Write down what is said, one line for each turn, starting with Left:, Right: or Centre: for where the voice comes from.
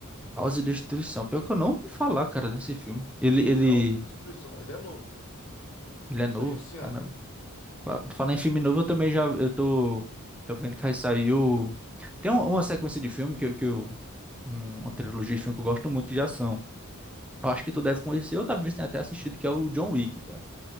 Centre: Caos e Destruição, pior que eu não ouvi falar, cara, nesse filme. Ele, ele,
Left: Caos e Destruição. Ele é novo,
Centre: ele é
Left: saiu
Centre: novo,
Left: esse ano.
Centre: caramba. Fa- Falar em filme novo, eu também já, eu tô, tô vendo que aí saiu... Tem um- uma sequência de filme que, eu- que eu... um- uma trilogia de filme que eu gosto muito de ação. Eu acho que tu deve conhecer, ou talvez tenha até assistido, que é o John Wick, cara.